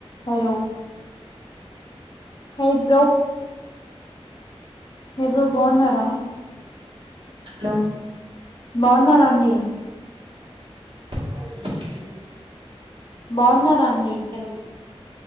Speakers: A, on the left; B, on the right.
A: Hello hey bro hey bro బాన్నారా
B: hello
A: బాగున్నార అండి
B: హలోలో
A: బాగున్నారా అం
B: హలో